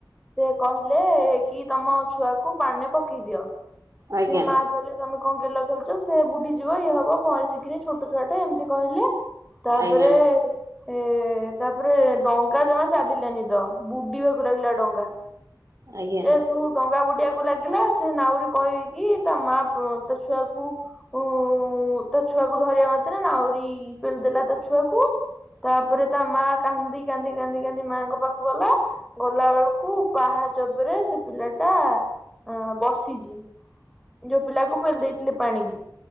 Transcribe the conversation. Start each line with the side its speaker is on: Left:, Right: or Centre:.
Centre: ସେ କହିଲେ ଏଇ କି ତମ ଛୁଆକୁ ପାଣିରେ ପକେଇଦିଅ।
Right: ଆଜ୍ଞା
Centre: ସେ ମାଆ କହିଲେ ତମେ କଣ ଗେଲ ଖେଳୁଚ ସେ ବୁଡିଯି ଯିବ ଇଏ ହବ ପହଁରି ଶିଖିନି ଛୋଟ ଛୁଆଟା ଏମତି କହିଲେ ତାପରେ
Right: ଆଜ୍ଞା
Centre: ଏ ତାପରେ ଡଙ୍ଗା ଜମା ଚାଲିଲାନି ତ ବୁଡିବାକୁ ଲାଗିଲା ଡଙ୍ଗା।
Right: ଆଜ୍ଞା।
Centre: ଯେ ତୁ ଡଙ୍ଗା ବୁଡ଼ି ବାକୁ ଲାଗିଲା ସେ ନାଉରୀ କହିକି ତା ମାଆ ପ-ତା ଛୁଆକୁ ଉ ତା ଛୁଆକୁ ଧରିବା ମାତ୍ରେ ନାଉରୀ ପେଲିଦେଲା ତା ଛୁଆକୁ ତାପରେ ତା ମାଆ କାନ୍ଦିକାନ୍ଦି କାନ୍ଦିକାନ୍ଦି ମାଆଙ୍କ ପାଖକୁ ଗଲା ଗଲା ବେଳକୁ ପାହାଚ ଉପରେ ସେ ପିଲାଟା ଅ-ବସିଚି ଯୋଉ ପିଲାକୁ ପେଲି ଦେଇଥିଲେ ପାଣିିକି।